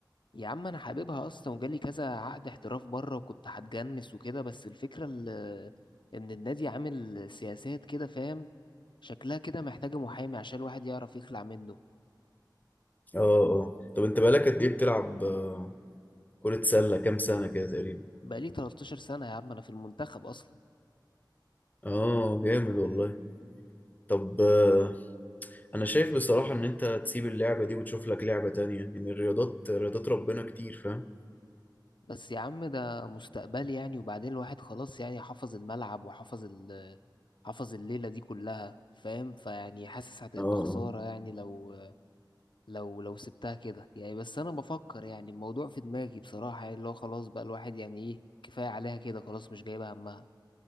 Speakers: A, on the left; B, on the left.
A: يا عم انا حاببها اصلا وجالي كذا عقد احتراف بره وكنت هتجنس وكده بس الفكره ال- ان النادي عامل سياسات كده فاهم شكلها كده محتاجه محامي عشان الواحد يعرف يخلع منه
B: اه اه طب انت بقالك قد ايه بتلعب آه، كرة سلة كام سنة كده تقريبا
A: بقالي 13 سنه يا عم انا في المنتخب اصلا
B: اه جامد والله طب آه، انا شايف بصراحة ان انت تسيب اللعبة دي وتشوف لك لعبة تانية يعني الرياضات رياضات ربنا كتير فاهم
A: بس يا عم ده مستقبلي يعني وبعدين الواحد خلاص يعني حفظ الملعب وحفظ ال حفظ الليله دي كلها فاهم فيعني حاسس هتبقى
B: اه اه
A: خساره يعني لو لو لو سبتها كده يعني بس انا بفكر يعني الموضوع في دماغي بصراحة يعني اللي هو خلاص بقى الواحد يعني ايه كفاية عليها كده خلاص مش جايبة همها